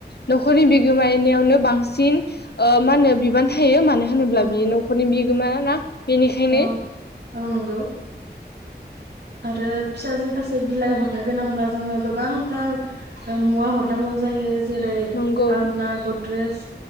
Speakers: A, on the left; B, on the right.
A: न'खरनि बिगोमायनियावनो बांसिन ओ मा होनो बिबान थायो मानो होनोब्ला
B: औ नंगौ
A: बियो न'खरनि बि गोमा ना बेनिखायनो
B: औ औ नंगौ। आरो फिसाजो खासे बिलाइ हरनो गोनांब्ला जोङो गोबांथार मुवा हरनांगौ जायो। जेरै
A: नंगौ
B: आलना ग द्रेस